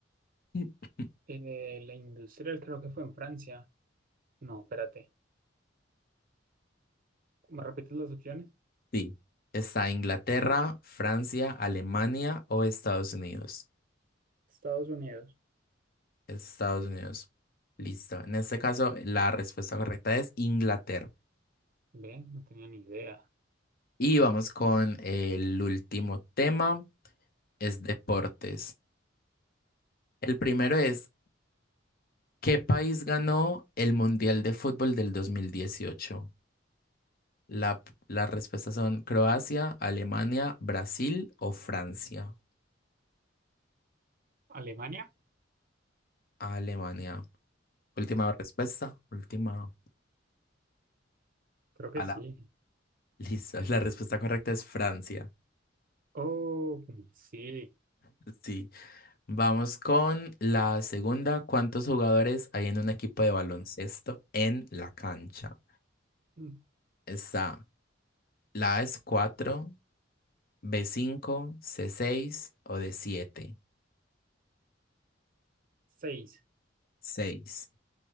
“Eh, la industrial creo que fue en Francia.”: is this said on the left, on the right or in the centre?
Right